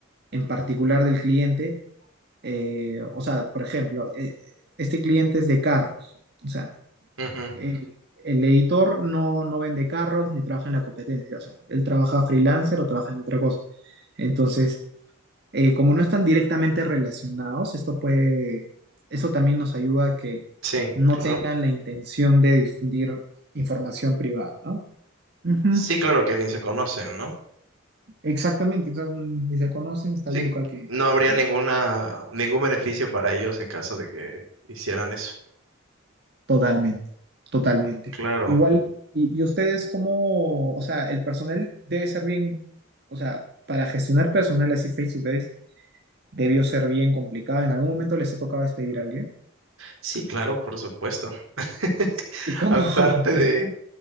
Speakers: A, on the right; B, on the right.
A: en particular del cliente. Eh, o sea, por ejemplo, eh, este cliente es de carros. O sea,
B: ujú,
A: el, el editor no, no vende carros ni trabaja en la competencia. O sea, él trabaja freelancer o trabaja en otra cosa. Entonces, eh, como no están directamente relacionados, esto puede, eso también nos ayuda a que
B: sí,
A: no
B: claro.
A: tengan la intención de difundir información privada, ¿no? Ujú.
B: Sí, claro que ni se conocen, ¿no?
A: Exactamente, o sea, ni se conocen, está
B: Sí,
A: yuca que
B: no habría
A: lo
B: ninguna, ningún beneficio para ellos en caso de que hicieran eso.
A: Totalmente, totalmente.
B: Claro.
A: Igual, y, y ustedes cómo, o sea, el personal debe ser bien, o sea, para gestionar personal así face to face, debió ser bien complicado. ¿En algún momento les ha tocado despedir a alguien?
B: Sí, claro, por supuesto. <laughs>
A: ¿Y cómo,
B: Aparte
A: <laughs>
B: de,